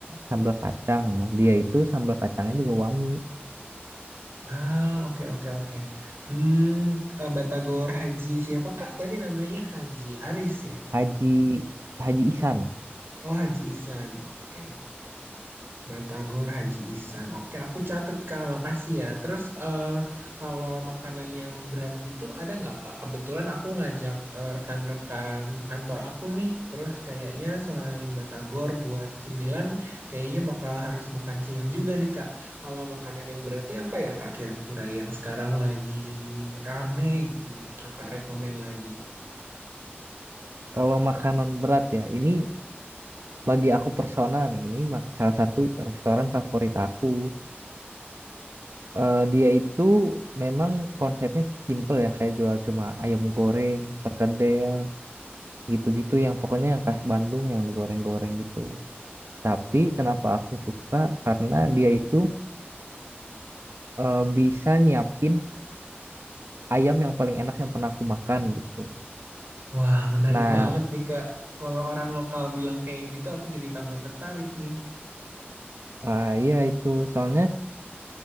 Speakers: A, on the right; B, on the right.
A: sambal kacang. Nah, dia itu sambal kacangnya juga wangi.
B: Ah, oke, oke, oke. Hmm, eh, Batagor Haji siapa, Kak? Tadi namanya Haji Aris ya?
A: Haji Haji Ihsan.
B: Oh, Haji Ihsan. Oke. Batagor Haji Ihsan. Oke, aku catat Kak. Makasih ya. Terus eh, kalau makanan yang berat gitu ada nggak Kak? Kebetulan aku ngajak eh, rekan-rekan kantor aku nih. Terus kayaknya selain Batagor buat cemilan, kayaknya bakal harus makan siang juga nih Kak. Kalau makanan yang beratnya apa ya Kak? Kira-kira yang sekarang lagi rame gitu yang Kakak rekomen lagi.
A: Kalau makanan berat ya, ini bagi aku personal nih, ini mak- salah satu restoran favorit aku. Eh, dia itu memang konsepnya simple ya, kayak jual cuma ayam goreng, perkedel, gitu-gitu yang pokoknya yang khas Bandung yang digoreng-goreng gitu. Tapi kenapa aku suka? Karena dia itu eh, bisa nyiapin ayam yang paling enak yang pernah aku makan gitu.
B: Wah, menarik
A: Nah,
B: banget nih, Kak. Kalau orang lokal bilang kayak gitu, aku jadi tambah tertarik nih.
A: eh, iya itu soalnya